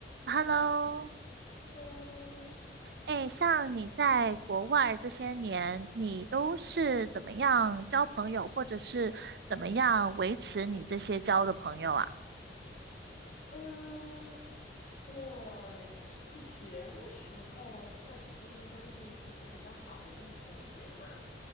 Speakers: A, on the right; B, on the left.
A: Hello，
B: h e l
A: 哎，像你在国外这些年，你都是怎么样交朋友，或者是怎么样维持你这些交的朋友啊？
B: 嗯，呃我上学的时候，那指定是关系可能比较好的，就是同学嘛。